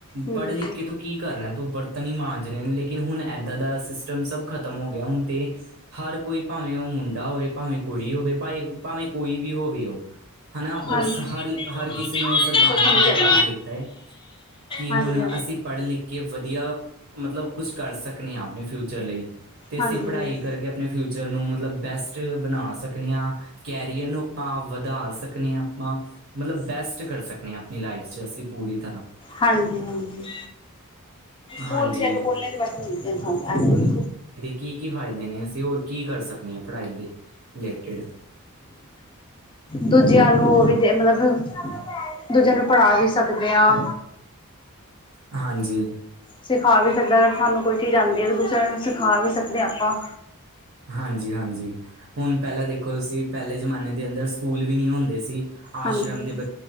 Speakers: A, on the left; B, on the right.
A: ਹਾਂਜੀ
B: ਪੜ-ਲਿਖ ਕੇ ਤੂੰ ਕੀ ਕਰਨਾ ਤੂੰ ਬਰਤਨ ਹੀ ਮਾਂਜਣੇ ਨੇ ਲੇਕਿਨ ਹੁਣ ਇੱਦਾਂ ਦਾ ਸਿਸਟਮ ਸਭ ਖ਼ਤਮ ਹੋ ਗਿਆ ਹੁਣ ਤੇ ਹਰ ਕੋਈ ਭਾਵੇਂ ਓ ਮੁੰਡਾ ਹੋਵੇ ਭਾਵੇਂ ਕੁੜੀ ਹੋਵੇ ਭਾਏ ਭਾਵੇਂ ਕੋਈ ਵੀ ਹੋਵੇ ਓ। ਹਨਾ
A: ਹਮ ਹਾਂਜੀ
B: ਉਸ ਹਰ-ਹਰ ਕਿਸੇ ਨੂੰ ਇਹ ਸਰਕਾਰ
A: ਹਾਂਜੀ
B: ਨੇ ਅਧਿਕਾਰ ਦੇਤਾ ਹੈ ਕਿ ਕਿ
A: ਹਾਂਜੀ
B: ਹੁਣ ਅਸੀਂ ਪੜ-ਲਿਖ ਕੇ ਵਧੀਆ ਮਤਲਬ ਕੁਛ ਕਰ ਸਕਨੇ ਆਂ ਆਪਣੇ ਫਿਊਚਰ ਲਈ। ਅਤੇ
A: ਹਾਂਜੀ
B: ਅਸੀਂ ਪੜ੍ਹਾਈ
A: ਹਾਂਜੀ
B: ਕਰਕੇ ਆਪਣੇ ਫਿਊਚਰ ਨੂੰ ਮਤਲਬ ਬੈਸਟ ਬਣਾ ਸਕਨੇ ਆ ਕੈਰੀਅਰ ਨੂੰ ਆਪਾਂ ਵਧਾ ਸਕਦੇ ਆ ਆਪਾਂ ਮਤਲਬ ਬੈਸਟ ਕਰ ਸਕਨੇ ਆ ਆਪਣੀ ਲਾਈਫ ਚ ਅਸੀਂ ਪੂਰੀ ਤਰਾ।
A: ਹਾਂਜੀ-ਹਾਂਜੀ
B: ਹਾਂਜੀ
A: ਬੋਲ ਵੀ ਲੈ <unintelligible>
B: ਕੀ-ਕੀ ਫਾਇਦੇ ਨੇ ਅਸੀਂ ਹੋਰ ਕੀ ਕਰ ਸਕਨੇ ਆਂ ਪੜ੍ਹਾਈ ਦੇ ਰਿਲੇਟਿਡ?
A: ਦੂਜਿਆਂ ਨੂੰ ਉਹ ਵੀ ਤੇ ਮਤਲਬ ਦੂਜਿਆਂ ਨੂੰ ਪੜਾ ਵੀ ਸਕਦੇ ਆ।
B: ਹਾਂਜੀ।
A: ਸਿਖਾ ਵੀ ਸਕਦਾ ਅਗਰ ਸਾਨੂੰ ਕੋਈ ਚੀਜ਼ ਆਂਦੀ ਐ ਤਾ ਦੁਸਾਆ ਨੂੰ ਸਿਖਾ ਵੀ ਸਕਦੇ ਆ ਆਪਾਂ।
B: ਹਾਂਜੀ-ਹਾਂਜੀ ਹੁਣ ਪੇਲਾਂ ਦੇਖੋ ਤੁਸੀਂ ਪੇਲੇ ਜਮਾਨੇ ਦੇ ਅੰਦਰ ਸਕੂਲ ਵੀ ਨੀ ਹੁੰਦੇ ਸੀ। ਆਸ਼ਰਮ
A: ਹਾਂਜੀ
B: ਦੇ ਬ